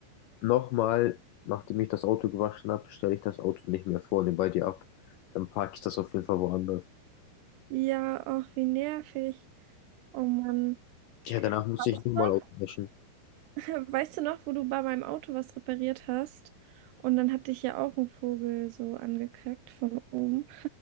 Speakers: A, on the left; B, on the right.
A: Nochmal, nachdem ich das Auto gewaschen habe, stelle ich das Auto nicht mehr vorne bei dir ab. Dann parke ich das auf jeden Fall woanders.
B: Ja, ach, wie nervig. Oh Mann.
A: Ja, danach musste
B: Weißt
A: ich nochmal
B: du
A: Auto waschen.
B: noch, <laughs> weißt du noch, wo du bei meinem Auto was repariert hast? Und dann hat dich ja auch ein Vogel so angekackt von oben.